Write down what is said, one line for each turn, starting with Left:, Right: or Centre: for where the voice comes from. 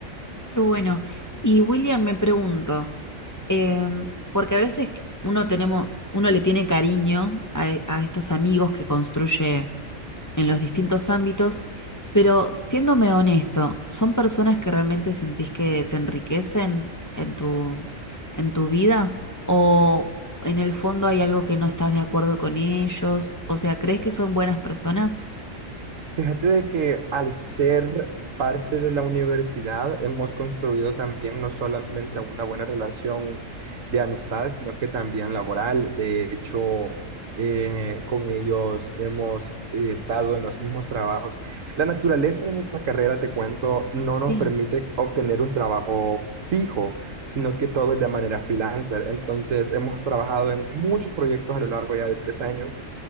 Left: Qué bueno. Y William, me pregunto, em, porque a veces uno tenemos, uno le tiene cariño a e, a estos amigos que construye en los distintos ámbitos, pero siéndome honesto, ¿son personas que realmente sentís que te enriquecen en tu, en tu vida? ¿O en el fondo hay algo que no estás de acuerdo con ellos? O sea, ¿crees que son buenas personas?
Right: Fíjate de que al ser parte de la universidad hemos construido también no solamente una buena relación de amistad, sino que también laboral. De hecho, eh, con ellos hemos eh, estado en los mismos trabajos. La naturaleza de nuestra carrera, te cuento, no nos
Left: Sí.
Right: permite obtener un trabajo fijo, sino que todo es de manera freelancer. Entonces, hemos trabajado en muchos proyectos a lo largo ya de tres años